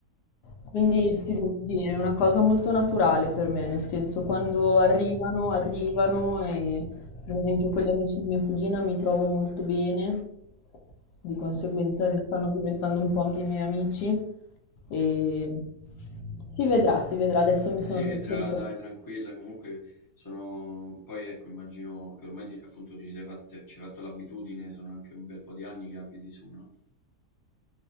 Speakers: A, on the left; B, on the left.
A: Quindi
B: certo.
A: ti devo dire, è una cosa molto naturale per me, nel senso quando arrivano, arrivano e per esempio con gli amici di mia cugina mi trovo molto bene, di conseguenza li stanno diventando un po' anche i miei amici e si vedrà, si vedrà, adesso mi
B: Si
A: sono trasferita
B: vedrà, dai, tranquilla, comunque sono... Poi ecco, immagino che ormai ti- appunto ti ci sei fatte- ci hai fatto l'abitudine, sono anche un bel po' di anni che abiti su, no?